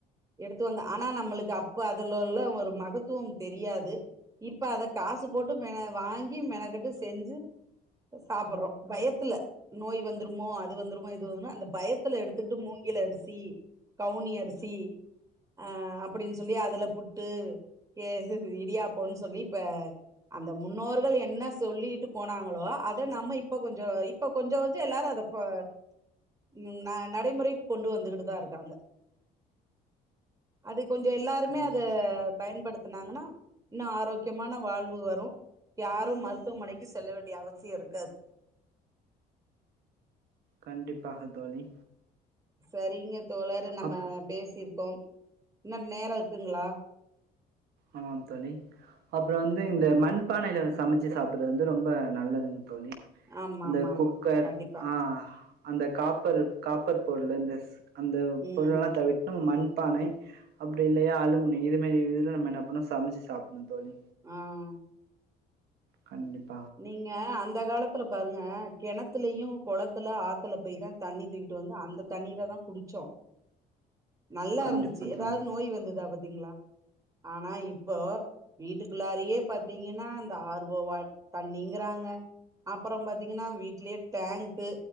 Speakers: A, on the right; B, on the right.
A: எடுத்து வந்த ஆனா நம்மளுக்கு அப்ப அதுலள்ள ஒரு மகத்துவம் தெரியாது இப்ப அத காசு போட்டு மே வாங்கி மெனக்கட்டு செஞ்சு சாப்றோ பயத்துல நோய் வந்துருமோ அது வந்துருமோ இது வந்துருமோ அந்த பயத்துல எடுத்துக்கிட்டு மூங்கிலரிசி கவுனியரிசி ஆ அப்டின்னு சொல்லி அதுல புட்டு ஏ இடியாப்பம் சொல்லி இப்ப அந்த முன்னோர்கள் என்ன சொல்லிட்டு போனாங்களோ அத நம்ம இப்ப கொஞ்சோ இப்ப கொஞ்ச கொஞ்ச எல்லாரு அத ஆ இப்போ ம் ந நடைமுறைக்கு கொண்டு வந்துகிட்டு தான் இருக்காங்க அது கொஞ்சோ எல்லாருமே
B: கண்
A: அத பயன்படுத் துனாங்கனா இன்னு ஆரோக்கியமான வாழ்வு வரு யாரு மருத் துவ மனைக்கு செல்ல வேண்டிய அவசியம் இருக்காது
B: கண்டிப்பாக தோழி
A: சரிங்க தோழர் நம்ம
B: அப்
A: பேசிருக்கோம் இன்ன நேர இருக்குங்ளா
B: ஆமாம் தோழி அது வந்து இந்த மண்பானையில சமைச்சு சாப்பிறது வந்து ரொம்ப நல்லதுங்கா தோழி
A: ஆமா
B: அந்த
A: ஆமா ஆமா
B: குக்கர்
A: கண்டிப்பா
B: ஆ அந்த காப்பர் காப்பர் பொருள் இந்த அந்த
A: ம்
B: பொருளேலா தவிட்னு மண்பானை அப்டி இல்லையா ஆலுமினி இது மாரி இதுல நம்ம என்ன பண்ணோ சமைச்சு சாப்பிணு தோழி
A: ஆமா
B: கண்டிபா
A: நீங்க அந்த காலத் த்துல பாருங்க கிணத்துலயு குளத்துல ஆத்துல போய் தா தண்ணி தூக்கிட்டு வந்து அந்த தண்ணீர தா குடிச்சோ நல்லாருந்துச்சு
B: கண்டிப்பா
A: ஏதாது
B: தோழி
A: நோய் வந்துதா பாத் திங்களா ஆனா இப்போ வீட்டுக்குள்ளாரே பாத்தீங்கன்னா இந்த ஆர்வோ வாட் தண்ணிங்கிறாங்க அப்றம் பாத்தீங்கன்னா வீட்லேயே டேங்க்கு